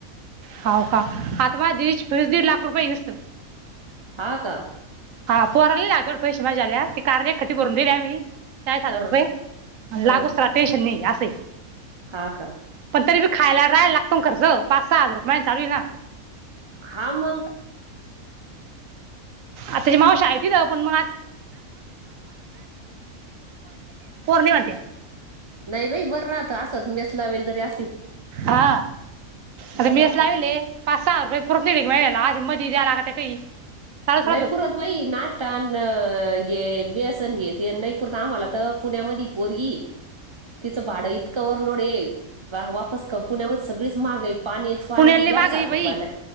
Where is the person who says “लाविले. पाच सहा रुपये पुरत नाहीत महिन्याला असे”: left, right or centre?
Right